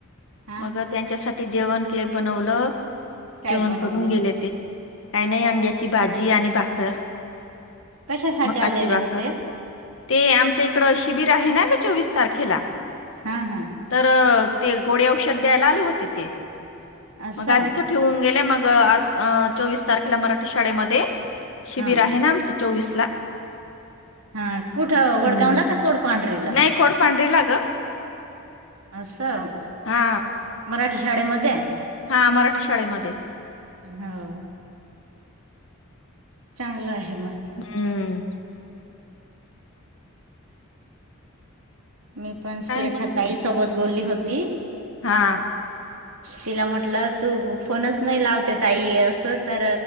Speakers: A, on the right (about 85°); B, on the left (about 65°).
A: हा
B: मग त्यांच्यासाठी जेवण बनवलं
A: काय
B: जेवण
A: बनवलं
B: करून गेले ते काही नाही अंड्या ची भाजी आणि भाकर.
A: कशासाठी
B: मकाची
A: आलेले
B: भाकर
A: होते
B: ते आमच्या इकडं शिबिर आहे ना ग चोवीस तारखेला
A: हा हा
B: तर ते गोळे औषध द्यायला आले होते ते
A: असं
B: मग आज इथं ठेवून गेले मग आज चोवीस तारखेला मराठी शाळेमध्ये शिबिर
A: हा
B: आहे ना आमचं चोवीस ला
A: हा कुठं वडगावला
B: हम्म.
A: का कोडपांढरीला
B: नाही कोडपांढरीला ग
A: असं
B: हा
A: मराठी शाळेमध्ये
B: हा मराठी शाळेमध्ये
A: हव चांगलं आहे मग
B: हम्म.
A: मी पण
B: काय
A: सुरेखा
B: मग
A: ताई सोबत बोलली होती.
B: हा
A: तिला म्हटलं तु फोनच नाही लावते ताई असं तर